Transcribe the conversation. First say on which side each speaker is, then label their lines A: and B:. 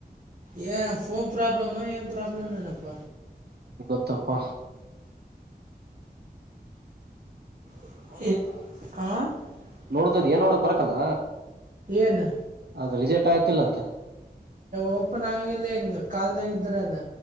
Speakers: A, on the right; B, on the right.
A: ಏ ನ ಫೋನ್ ಪ್ರಾಬ್ಲಮ ಏ ಪ್ರಾಬ್ಲಮ ನನಪ್ಪ
B: ಇತ್ತಪ್ಪ
A: <inaudible>
B: ನೋಡ್ದದ್ ಏನ್ ನೋಡಕ್ ಬರಕಲ್ಲ
A: ಏನು
B: ಅದ ರಿಜೆಕ್ಟ್ ಆಯ್ತಿಲ್ಲ ಅಂತ
A: ಓಪನ್ ಆಗಂಗಿಲ್ಲ ಹಿಂಗ್ ಕಾಲ್ದಾಗ ಇದ್ರ ಅದ